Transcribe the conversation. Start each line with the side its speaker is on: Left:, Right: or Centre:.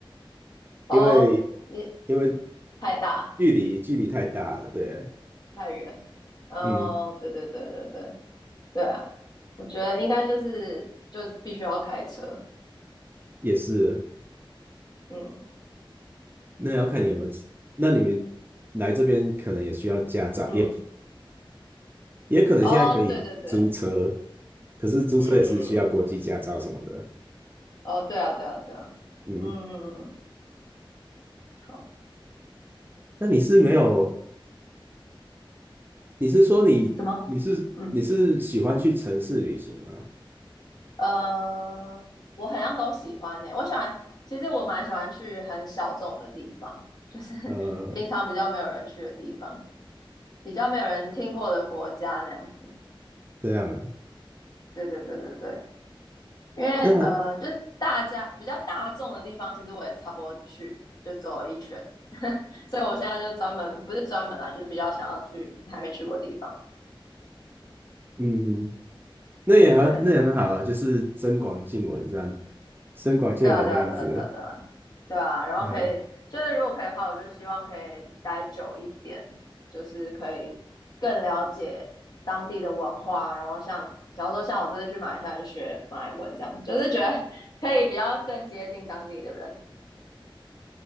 Right: <laughs>
Left: 哦，
Right: 因为
Left: 你
Right: 因为
Left: 太大
Right: 距离距离太大了。对，
Left: 太远。哦，
Right: 嗯，
Left: 对对对对对对啊，我觉得应该就是就必须要开车。
Right: 也是。
Left: 嗯
Right: 那要看你有没有，那你们来这边可能也需要驾照，
Left: 嗯，
Right: 也也可能现在可以租车，
Left: 哦，对对对，
Right: 可是租车也是需要国际驾照什么的。
Left: 嗯嗯嗯，哦，对啊对啊对啊，
Right: 嗯，
Left: 嗯嗯嗯，好，
Right: 那你是没有你是说你你是你是喜欢去城市旅行吗？
Left: 怎么？嗯呃，我好像都喜欢呢、我喜欢，其实我蛮喜欢去很小众的地方，就是 <laughs>
Right: 呃，
Left: 平常比较没有人去的地方。比较没有人听过的国家那样子。
Right: 这样啊，
Left: 对对对对对，因为呃，
Right: 那
Left: 就是大家比较大众的地方，其实我也差不多去就走了一圈，<laughs> 所以我现在就专门不是专门啦，就是比较想要去还没去过的地方。
Right: 嗯，那也很那也很好啊，
Left: 对，
Right: 就是增广见闻这样，增广见闻这样子。
Left: 对啊，对啊，对啊，对啊，对啊，对啊，然后可以，
Right: 呃，
Left: 就是如果可以的话，我就希望可以待久一点，就是可以更了解当地的文化，然后像，假如说像我这次去马来西亚就学马来文，这样就是觉得 <laughs> 可以比较更接近当地的人。